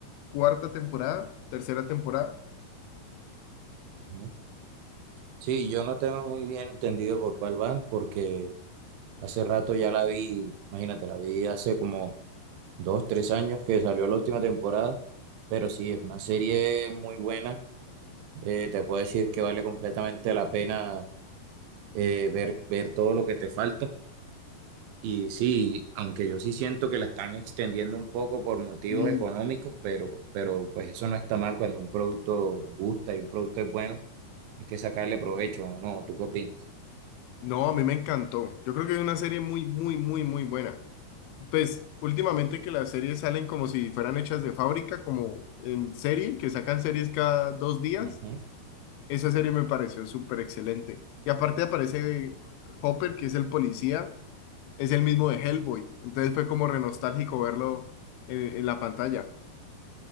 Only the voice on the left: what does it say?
cuarta temporada, tercera temporada.
Mm.
No, a mí me encantó. Yo creo que es una serie muy, muy, muy, muy buena. Pues últimamente que las series salen como si fueran hechas de fábrica, como en serie, que sacan series cada dos días.
Esa serie me pareció súper excelente. Y aparte aparece Hopper, que es el policía, es el mismo de Hellboy. Entonces fue como re nostálgico verlo en, en la pantalla.